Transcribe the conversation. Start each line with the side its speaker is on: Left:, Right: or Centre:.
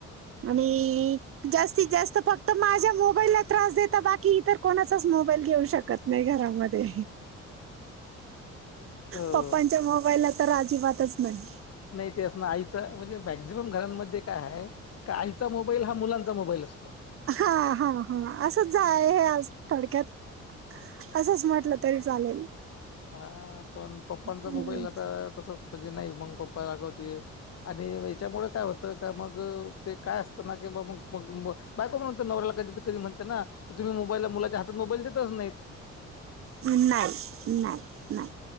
Right: आणि जास्तीत जास्त फक्त माझ्या मोबाईलला त्रास देता बाकी इतर कोणाचाच मोबाईल घेऊ शकत नाही घरामध्ये
Left: हो
Right: पप्पांच्या मोबाईल तर अजिबातच नाही
Left: नाही ते अस ना आईच म्हणजे मॅक्झिमम घरांमध्ये काय आहे का आई चा मोबाईल हा मुलांचा मोबाईल असतो
Right: हा, हा, हा असं जाय आज थोडक्यात असंच म्हटलं तरी चालेल
Left: हा पण पप्पांचा
Right: हम्म.
Left: मोबाईल आता तसच म्हणजे नाही मग पप्पा रागवते आणि याच्यामुळे काय होतं का मग ते काय असतं ना की बा मग मग बायको म्हण नवऱ्याला कधी कध म्हणते ना की तुम्ही मोबाईलला मुलाच्या हात मोबाईल देतच नाहीत हम
Right: नाही, नाही, नाही